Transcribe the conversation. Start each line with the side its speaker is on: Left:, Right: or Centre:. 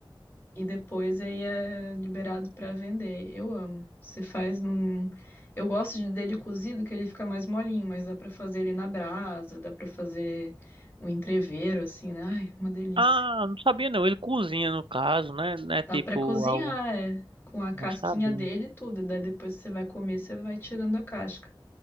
Left: e depois aí é liberado para vender. Eu amo. Você faz num, eu gosto de- dele cozido que ele fica mais molinho, mas dá para fazer ele na brasa, dá para fazer um entrevero assim, né? Ai, uma delícia.
Right: Ah, não sabia não. Ele cozinha, no caso, né? Não é tipo
Left: Dá pra cozinhar,
Right: algo...
Left: é. Com a
Right: Não
Left: casquinha
Right: sabia.
Left: dele e tudo. Daí depois que você vai comer, você vai tirando a casca.